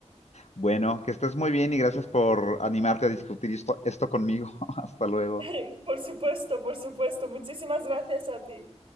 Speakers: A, on the left; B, on the right.
A: Bueno, que estés muy bien y gracias por animarte a discutir esto esto conmigo. <laughs> Hasta luego.
B: <laughs> Por supuesto, por supuesto. Muchísimas gracias a ti.